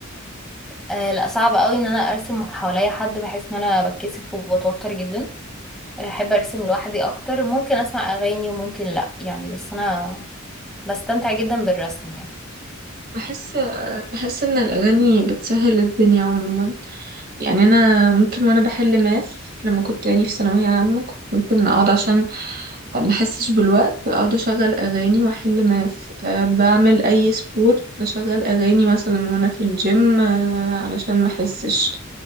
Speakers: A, in the centre; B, on the right.
A: آه لا صعب قوي ان انا ارسم حواليا حد بحس ان انا بتكسف وبتوتر جدا احب ارسم لوحدي اكتر ممكن اسمع اغاني وممكن لا يعني بس انا بستمتع جدا بالرسم يعني
B: بحس بحس ان الاغاني بتسهل الدنيا عموما يعني انا ممكن وانا بحل ماث لما كنت يعني في ثانويه عامه كنت ممكن اقعد عشان ما احسش بالوقت اقعد اشغل اغاني واحل ماث أه بعمل اي سبورت بشغل اغاني مثلا وانا في الجيم أه علشان ما احسش